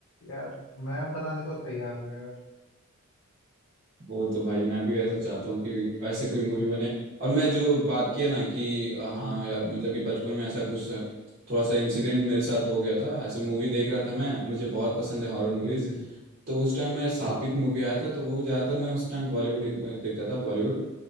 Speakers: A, on the left; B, on the right.
A: यार मैं बनाने को तैयार हूँ यार
B: वो तो भाई मैं भी ऐसे चाहता हूँ कि ऐसे कोई मूवी
A: हम्म
B: बने और मैं जो बात किया ना कि अ, हाँ
A: हम्म
B: यार मतलब कि बचपन में ऐसा कुछ थोड़ा सा इंसिडेंट मेरे साथ हो गया था ऐसे मूवी देख रहा था मैं मुझे बहुत पसंद है हॉरर मूवीज
A: जी जी जी
B: तो उस टाइम मैं सापित
A: जी
B: मूवी आया था तो वो ज़्यादातर मैं उस टाइम बॉलीवुड देखता था बॉलीवुड